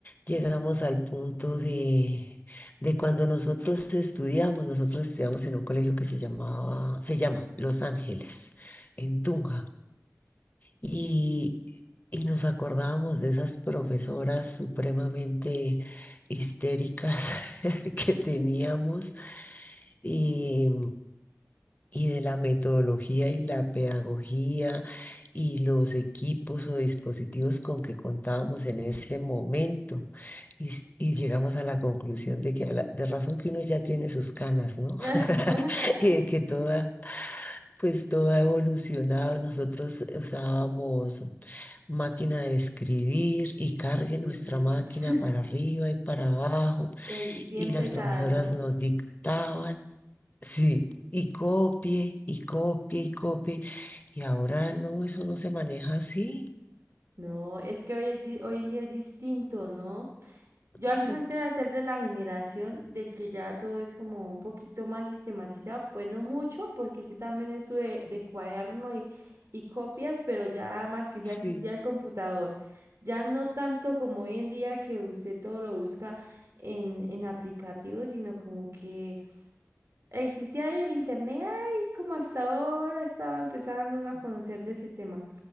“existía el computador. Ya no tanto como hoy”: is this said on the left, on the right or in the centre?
Right